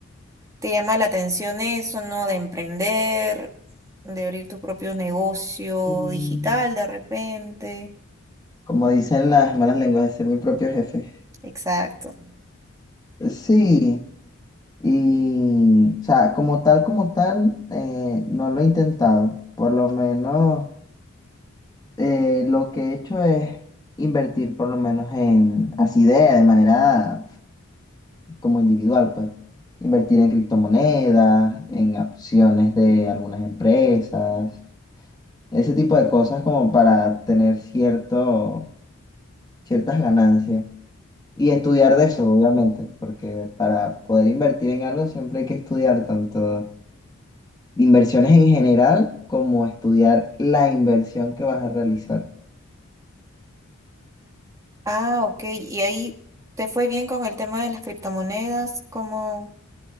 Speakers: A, on the right; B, on the left.
A: ¿Te llama la atención eso, no? De emprender, de abrir tu propio negocio
B: Mm.
A: digital de repente.
B: como dicen las malas lenguas, de ser mi propio jefe.
A: Exacto.
B: Eh, Sí, y, o sea, como tal, como tal, eh, no lo he intentado. Por lo menos, eh, lo que he hecho es invertir, por lo menos en, así de, de manera como individual, pues, invertir en criptomonedas, en acciones de algunas empresas, ese tipo de cosas como para tener cierto, ciertas ganancias. Y estudiar de eso, obviamente, porque para poder invertir en algo siempre hay que estudiar tanto inversiones en general como estudiar la inversión que vas a realizar.
A: Ah, ok. ¿Y ahí te fue bien con el tema de las criptomonedas? ¿Cómo?